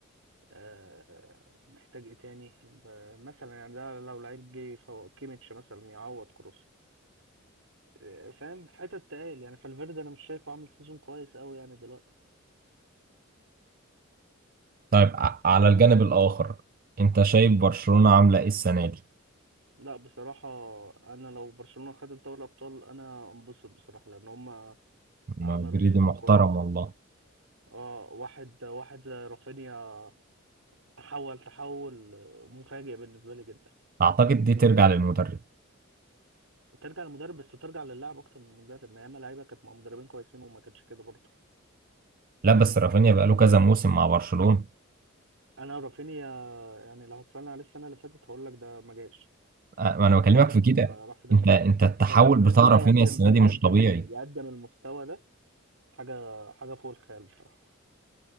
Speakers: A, on the right; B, on the right.
A: آه، محتاج ايه تاني ب- مثلا يعني ده لو لعيب جه يفوق كيميتش مثلا يعوض كروس آه، فاهم حتت تقال يعني فالفيردي انا مش شايفه عامل سيزون كويس قوي يعني دلوقتي
B: طيب ع- على الجانب الآخر أنت شايف برشلونة عاملة إيه السنة دي؟
A: لا بصراحة أنا لو برشلونة خدت دوري الأبطال أنا أنبسط بصراحة لأن هما
B: مدريدي
A: عملوا سيزون
B: محترم
A: كويس
B: والله
A: اه واحد واحد زي رافينيا تحول تحول آه، مفاجئ بالنسبه لي جدا
B: أعتقد دي ترجع للمدرب
A: ترجع للمدرب بس ترجع للاعب اكتر من المدرب ما ياما لعيبه كانت مع مدربين كويسين وما كانتش كده برضه
B: لا بس رافينيا بقاله كذا موسم مع برشلونة
A: انا رافينيا يعني لو هتسالني عليه السنه اللي فاتت هقول لك ده ما جاش
B: أ- ما أنا بكلمك
A: ده
B: في كده
A: راح في ده
B: أنت أنت التحول
A: فالسيزون
B: بتاع رافينيا
A: ده يقدم
B: السنة دي
A: يقدم
B: مش طبيعي
A: يقدم المستوى ده حاجه حاجه فوق الخيال بصراحه